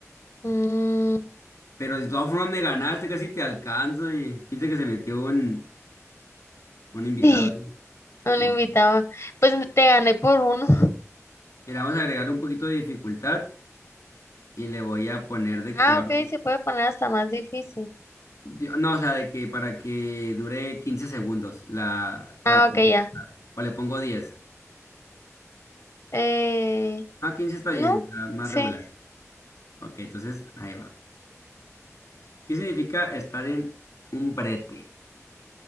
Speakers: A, on the left; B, on the left.
A: Mm,
B: Pero de todas formas me ganaste, casi te alcanzo. Y viste que se metió un, un invitado
A: sí,
B: ahí.
A: un
B: Como-
A: invitado. Pues me- te gané por uno.
B: Mira, vamos a agregarle un poquito de dificultad y le voy a poner de que
A: Ah,
B: ahora.
A: ok, se puede poner hasta más difícil.
B: Yo- No, o sea, de que para que dure 15 segundos la, para
A: Ah,
B: poder
A: ok, ya.
B: contestar. O le pongo 10.
A: Eh,
B: Ah, 15 está
A: no,
B: bien, está más
A: sí.
B: regular. Ok, entonces ahí va. ¿Qué significa estar en un brete?